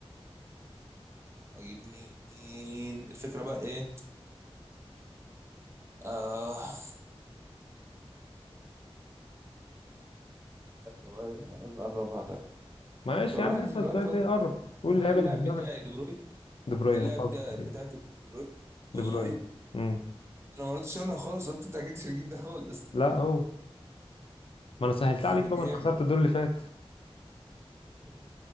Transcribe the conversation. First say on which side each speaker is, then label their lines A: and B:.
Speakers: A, on the right (about 25°); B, on the left (about 60°).
A: اجيب مين الفكرة بقى ايه اه طب عايز اقربها طيب
B: معلش
A: فكرة- طب
B: يا
A: الواحد
B: عم اسال
A: في الوقت
B: سؤال
A: فاضي
B: تاني اه قول
A: طب
B: اللاعب
A: هل اللاعب
B: اللي في دماغك
A: بتاعي دي بروين
B: دي بروين
A: هل اللاعب
B: وصلت
A: ده بتاعته
B: كده
A: دي بروين
B: دي
A: والله
B: بروين امم
A: انا ما رضيتش اقولها خالص قلت انت اكيد مش هتجيب ده خالص
B: لا هو ما انا سهلت
A: <laughs>
B: عليك
A: ده
B: بقى
A: جامد
B: ما انت خسرت الدور اللي فات
A: ماشي